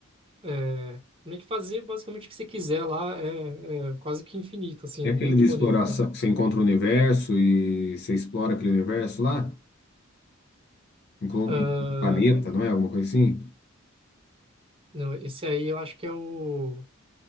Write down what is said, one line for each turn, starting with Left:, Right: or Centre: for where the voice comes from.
Right: É, meio que fazer basicamente o que você quiser lá é, é quase que infinito, assim,
Left: É
Right: é
Left: aquele
Right: muito
Left: de exploração
Right: maneiro, cara.
Left: que você encontra o universo e você explora aquele universo lá? Encontra
Right: Ah,
Left: um planeta, não é? Alguma coisa assim?
Right: não, esse aí eu acho que é o